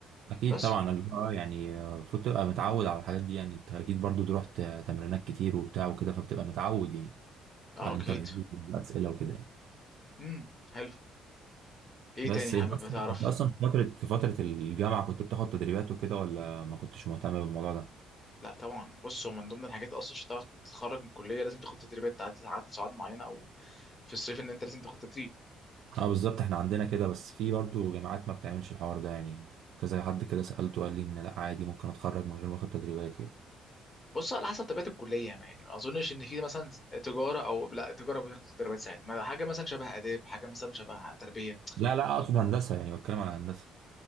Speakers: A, on the right; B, on the left.
A: اكيد
B: بس
A: طبعا اللي هو يعني آه، المفروض تبقى متعود على الحاجات دي يعني انت اكيد برضو تروح ت- تمرينات كتير وبتاع وكده فبتبقى متعود يعني
B: اه
A: على
B: اكيد
A: الانترفيو والاسئله وكده يعني
B: امم حلو ايه
A: بس
B: تاني حابب
A: انت اصلا
B: تعرف
A: <laughs> انت اصلا في فتره في فتره الجامعه كنت بتاخد تدريبات وكده ولا ما كنتش مهتم بالموضوع ده
B: لا طبعا بص هو من ضمن الحاجات اصلا عشان تعرف تتخرج من الكليه لازم تاخد تدريبات عدد عدد ساعات معينه او في الصيف ان انت لازم تاخد تدريب
A: اه بالظبط احنا عندنا كده بس في برضو جامعات ما بتعملش الحوار ده يعني كذا حد كده سالته قال لي ان لا عادي ممكن اتخرج من غير ما اخد تدريبات يعني
B: بص على حسب طبيعه الكليه يعني ما اظنش ان في مثلا تجاره او لا تجاره بتاخد تدريبات ساعات ما حاجه مثلا شبه اداب حاجه مثلا شبه تربيه
A: لا لا اقصد هندسه يعني بتكلم على هندسه